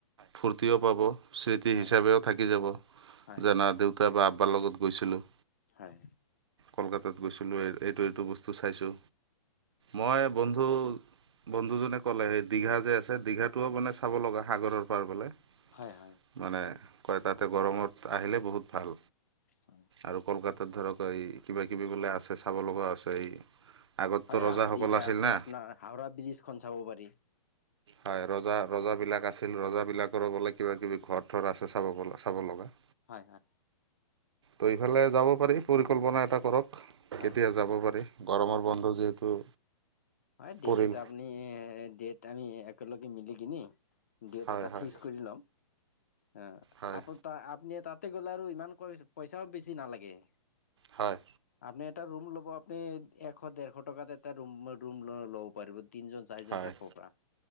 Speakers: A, on the right; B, on the left.
A: ফূৰ্তিও পাব স্মৃতি
B: হয়
A: হিচাপেও
B: হয়
A: থাকি যাব
B: হয়
A: জানা দেউতা বা পাৰ লগত গৈছিলোঁ
B: হয়
A: কলকাতাত গৈছিলোঁ এইটো এইটো বস্তু চাইছোঁ মই বন্ধু বন্ধুজনে কলে সেই দীঘা যে আছে দীঘাটোও মানে চাব লগা সাগৰৰ পাৰ বোলে
B: হয় হয়
A: মানে কয় তাতে গৰমত আহিলে বহুত ভাল
B: হয়
A: আৰু কলকাতা াত ধৰক এই কিবা কিবি বোলে আছে চাব লগা আছে। আগততো
B: হয়
A: ৰজাসকল
B: দিীঘে
A: আছিল
B: আছে
A: না
B: আপোনাৰ হাওৰা ব্ৰীজখন চাব পাৰি।
A: হয় ৰজা ৰজাবলাক আছিল ৰজাাবলাকৰ বোলে কিবা কিবি ঘৰ থৰ আছে চাব চাব লগা
B: হয় হয়।
A: ত ইফালে যাব পাৰি পৰিকল্পনা এটা কৰক
B: হয়
A: কেতিয়া যাব পাৰি গৰমৰ বন্ধ যিহেতু
B: হয় ডেট
A: পৰিল
B: এটা আপনি ডেট আমি একেলগে মিলি কিিনি ডেট
A: হয়
B: এটা
A: হয়
B: ফিক্স কৰি ল'ম অ
A: হয়
B: আপ আপুনি তাতে গ'লে আৰু ইমান ক পইচাও বেছি নালাগে
A: হয়
B: আপুনি এটা ৰুম ল'ব আপুনি এশ ডেৰশ টকাত এটা ম ৰুম ল'ব পাৰিব তিনজন চাৰিজন
A: হয়
B: থাকিব পৰা